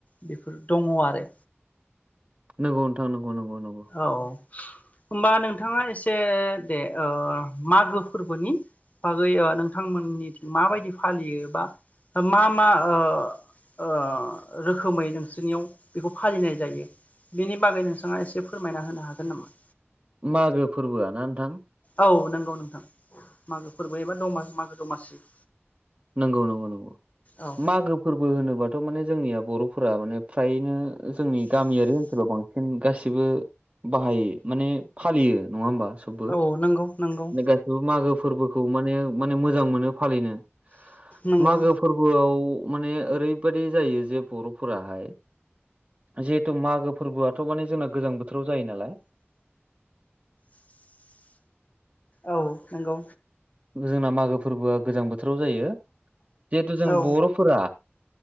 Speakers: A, on the left; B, on the right.
A: बेफोर दङ आरो
B: नंगौ नोंथां नंगौ नंगौ नंगौ
A: औ। होमबा नोंथाङा एसे दे ओ मागो फोरबोनि बागै ओ नोंथांमोननिथिं मा बायदि फालियो बा मा मा ओ ओ रोखोमै नोंसोरनियाव बेखौ फालिनाय जायो बेनि बागै नोंथाङा एसे फोरमायना होनो हागोन नामा?
B: मागो फोरबोआ ना नोंथां
A: औ नंगौ नोंथां मागो फोरबो एबा दमा मागो दमासि
B: नंगौ नंगौ नंगौ
A: औ
B: मागो फोरबो होनोबाथ' माने जोंनिया बर' फोरा माने फ्रायनो जोंनि गामियारि ओनसोलाव बांसिन गासिबो बाहाय माने फालियो नङा होमबा सबबो
A: औ नंगौ नंगौ
B: गासिबो मागो फोरबोखौ माने माने मोजां मोनो फालिनो
A: नंगौ
B: मागो फोरबोआव माने ओरै बायदि जायो जे बर'फोराहाय जिहेथु मागो फोरबोआथ' माने जोंना गोजां बोथोराव जायो नालाय
A: औ नंगौ।
B: जोंना मागो फोरबोआ गोजां बोथोराव जायो जिहेथु जों
A: औ
B: बर'फोरा